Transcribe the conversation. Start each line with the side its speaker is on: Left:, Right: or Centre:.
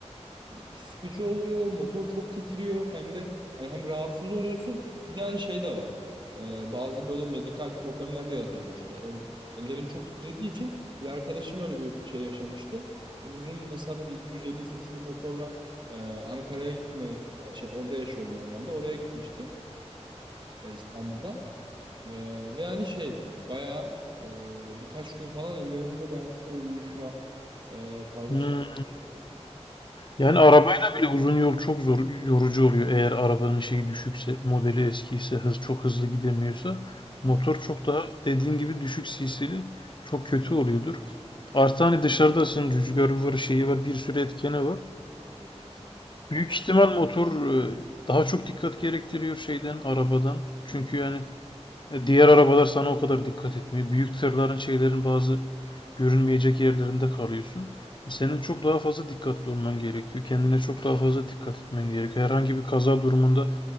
Right: e, sıkıcı oluyor, motor çok titriyor hem de yani hem rahatsız oluyorsun bir de hani şey de var. Ee, bazı böyle medikal problemler de yaratabiliyor. Çünkü el, ellerin çok titrediği için bir arkadaşım öyle bir şey yaşamıştı. Uzun mesafe bir 250 cc motorla e, Ankara'ya gitme yani şey orada yaşıyordu normalde. Oraya gitmişti e, İstanbul'dan. E, ve hani şey bayağı e, birkaç gün falan ellerinde bir hafif bir uyuşma e, tarzı
Left: Hmm.
Right: şey. Evet,
Left: Yani arabayla bile uzun yol çok zor yorucu oluyor. Eğer arabanın şeyi düşükse, modeli eskiyse, hız çok hızlı gidemiyorsa,
Right: evet,
Left: motor çok daha dediğin gibi düşük cc'li çok kötü oluyordur. Artı hani dışarıdasın, rüzgarı var, şeyi var, bir sürü etkeni var.
Right: evet kesinlikle.
Left: Büyük ihtimal motor e, daha çok dikkat gerektiriyor şeyden, arabadan. Çünkü
Right: Evet,
Left: yani e, Diğer arabalar sana o kadar dikkat etmiyor. Büyük tırların şeylerin bazı görünmeyecek yerlerinde kalıyorsun.
Right: kesinlikle.
Left: E, Senin çok daha fazla dikkatli olman gerekiyor. Kendine çok daha fazla dikkat etmen gerekiyor. Herhangi bir kaza durumunda